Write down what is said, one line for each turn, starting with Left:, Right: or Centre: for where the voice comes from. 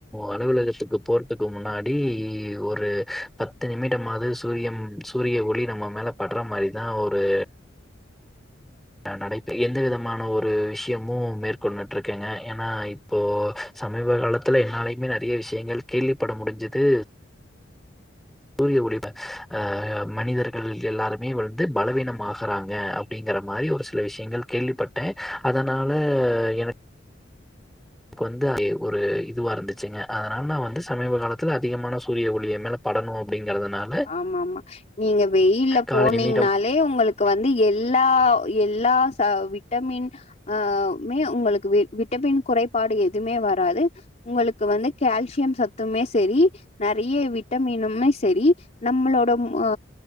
Centre: அலுவலகத்துக்கு போறதுக்கு முன்னாடி ஒரு பத் த்து நிமிடம்மாது சூரியம் சூரிய ஒளி நம்ம மேல படுற மாரி தா ஒரு நா நடைப்பய் எந்த விதமான ஒரு விஷயமு மேற்கொண்டுட்டு இருக்கேங்க ஏனா இப்போ சமீப காலத்துல என்னாலயுமே நறைய விஷயங்கள் கேள்விப்பட முடிஞ்சது சூரிய ஒளி அ மனிதர்கள் எல்லாருமே வந்து பலவீனமாகறாங்க அப்டிங்கிற மாரி ஒரு சில விஷயங்கள் கேள்விப்பட்டே அதனால எனக்கு க்கு வந்து ஒரு இதுவா இருந்துச்சுங்க அதனால நா வந்து சமீப காலத்துல அதிகமான சூரிய ஒளிய எம் மேல படணு அப்டிங்கறதுனால
Left: ஆமா ஆமா நீங்க வெயில்ல
Centre: காலை
Left: போனீங்கனால்
Centre: நிமிடம்
Left: லே உங்களுக்கு வந்து எல்லா எல்லா சா விட்டமின் ஆமே உங்களுக்கு வி விட்டமின் குறைபாடு எதுமே வராது உங்களுக்கு வந்து கால்சியம் சத்துமே சரி நறைய விட்டமினுமே சரி நம்மளோட ஆ